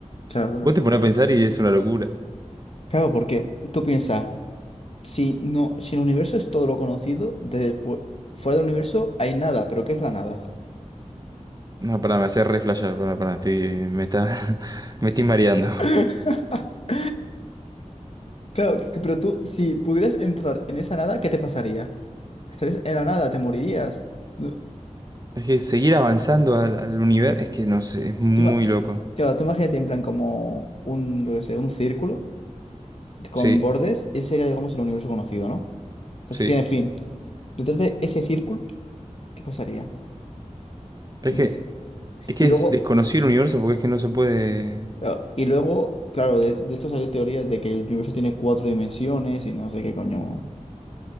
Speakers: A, on the left; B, on the right.
A: claro, claro.
B: Vos te pones a pensar y es una locura.
A: Claro, porque tú piensas, si no, si el universo es todo lo conocido, después, fuera del universo hay nada, pero ¿qué es la nada?
B: No, pará, me hace reflashar, pará, pará, estoy, me está, <laughs> me estoy mareando.
A: <laughs> Claro, que- pero tú, si pudieras entrar en esa nada, ¿qué te pasaría? Estarías en la nada, te morirías. No,
B: Es que seguir avanzando al, al universo, es que no sé, es muy
A: Tú, ima-
B: loco.
A: claro, tú imagínate en plan como un, yo qué sé, un círculo. con
B: Sí,
A: bordes, ese sería, digamos, el universo conocido, ¿no? O sea,
B: sí.
A: si tiene fin. Detrás de ese círculo, ¿qué pasaría?
B: Pero
A: ¿Dónde
B: es que,
A: se-
B: es que
A: Y
B: es
A: luego,
B: desconocido el universo porque es que no se puede.
A: eh, y luego, claro, de, de esto salió teorías de que el universo tiene cuatro dimensiones y no sé qué coño.